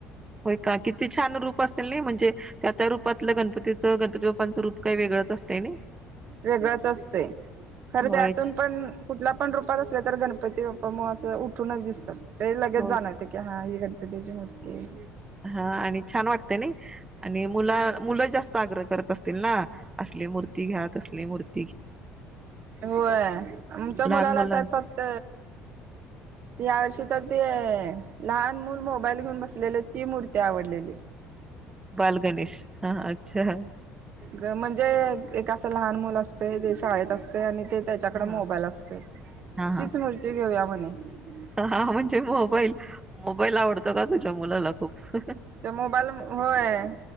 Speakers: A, on the right; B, on the right.
A: होय का किती छान रूप अस नाही म्हणजे त्या रपातलं गणपतीचं गणपती बाप्पांच रूप काही वेगळंच असतय नाही.
B: वेगळंच असतय. खर
A: होय
B: त्यातून पण कुठल्या पण रूपात असल्या तर गणप ती बाप्पा म असं उठूनच दिसत. ते लगेच
A: होय
B: जाणवत की हा ही गण पतीची मुर्तीय.
A: हा आणि छान वाटतय नाई आणि मुला मुलं जास् आग्रह करत असतील ना, असली मूर्ती घ्या, तसली मूर्त
B: होय, आमच्या
A: लहान
B: मुलाला
A: मुलांच
B: तर फक्त, या वर्षी तर ते लहान मुल मोबाईल घेऊन बसलेल, ती मूर्ती आवडलेली.
A: बाल गणेश. हा अच्छा.
B: ग म्हणजे एक असं लहान मुल असतय, ते शाळेत असतय आणि ते त्याच्याकडे
A: हा
B: मोबाईल असतय,
A: हा
B: तीच मूर्ती घेऊया <unintelligible> <unintelligible>
A: <unintelligible> हा म्हणजे मोबाईल, मोबाईल आवडतो का तुझ्या मुलाला खूप. <unintelligible>
B: त्या मोबाईल मु होय.